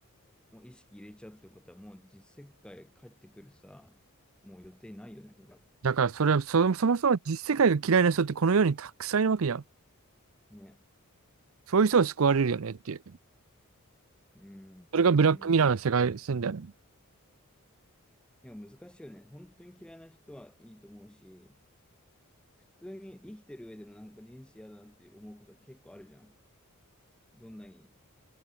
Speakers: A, in the centre; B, on the right.
A: もう意識入れちゃうってことは、もう実世界帰ってくるさ、もう予定ないよね、ほら
B: だからそれは、そ、そもそも実世界が嫌いな人ってこの世にたくさんいるわけじゃん。
A: ね。
B: そういう人を救われるよねっていう。
A: うん、
B: それがブラックミラーの世界線だよね。
A: うん、うん。でも難しいよね。本当に嫌いな人はいいと思うし、普通に生きてる上でもなんか人生嫌だなって思うことは結構あるじゃん。どんなに